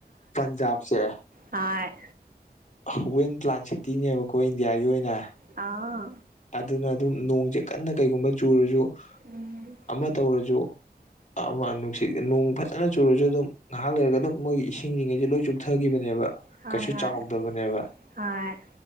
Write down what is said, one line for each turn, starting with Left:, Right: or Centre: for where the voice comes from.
Left: ꯄꯟꯖꯥꯞꯁꯦ
Right: ꯍꯣꯢ
Left: ꯍꯋꯦꯟ ꯄ꯭ꯂꯥꯟ ꯁꯤꯇꯤꯅꯦꯕꯀꯣ ꯏꯟꯗꯤꯌꯥꯒꯤ ꯑꯣꯏꯅ
Right: ꯑꯥ
Left: ꯑꯗꯨꯅ ꯑꯗꯨꯝ ꯅꯣꯡꯁꯦ ꯀꯟꯅ ꯀꯩꯒꯨꯝꯕ ꯆꯨꯔꯁꯨ
Right: ꯎꯝ
Left: ꯑꯃ ꯇꯧꯔꯁꯨ ꯑꯃ ꯅꯨꯡꯁꯤꯠ ꯅꯨꯡ ꯐꯖꯅ ꯆꯨꯔꯁꯨ ꯑꯗꯨꯝ ꯅꯍꯥꯛ ꯂꯩꯔꯒ ꯑꯗꯨꯝ ꯃꯣꯏꯒꯤ ꯏꯁꯤꯡꯁꯤꯡꯉꯩꯁ ꯂꯣꯏ ꯆꯨꯞꯊꯈꯤꯕꯅꯦꯕ
Right: ꯍꯣꯏ
Left: ꯀꯩꯁꯨ
Right: ꯍꯣꯏ
Left: ꯆꯥꯎꯗꯕꯅꯦꯕ
Right: ꯍꯣꯏ